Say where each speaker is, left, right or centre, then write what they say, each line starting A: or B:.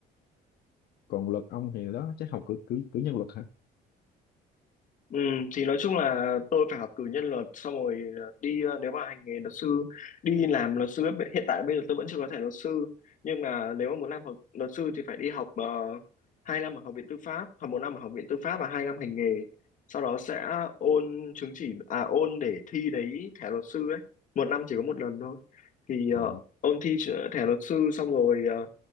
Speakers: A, on the left; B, on the left.
A: còn luật ông thì đó chắc học cử cử, cử nhân luật hả
B: Ừ, thì nói chung là tôi phải học cử nhân luật xong rồi ờ, đi ờ, nếu mà hành nghề luật sư đi làm luật sư ấy, hiện tại bây giờ tôi vẫn chưa có thẻ luật sư nhưng mà nếu mà muốn làm học luật sư thì phải đi học uh, 2 năm ở học viện tư pháp học một năm ở học viện tư pháp và hai năm hành nghề sau đó sẽ ôn chứng chỉ à ôn để thi đấy thẻ luật sư ấy một năm chỉ có một lần thôi thì ờ,
A: à,
B: ôn thi thẻ luật sư xong rồi ờ,